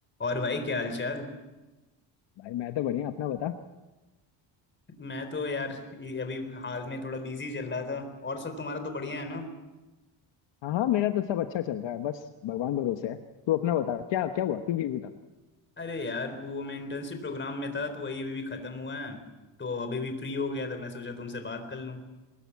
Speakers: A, on the left (about 25°); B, on the left (about 65°).
A: और भाई क्या हाल चाल
B: भाई मैं तो बढ़िया अपना बता
A: मैं तो यार ये अभी हाल में थोड़ा बिजी चल रहा था और सब तुम्हारा तो बढ़िया है ना
B: हाँ हाँ मेरा तो सब अच्छा चल रहा है बस भगवान भरोसे है तू अपना बता क्या क्या हुआ क्यों बिजी था
A: <laughs> अरे यार वो मैं इंटर्नशिप प्रोग्राम में था तो वही अभी भी खत्म हुआ है तो अभी भी फ्री हो गया था मैं सोचा तुमसे बात कर लूं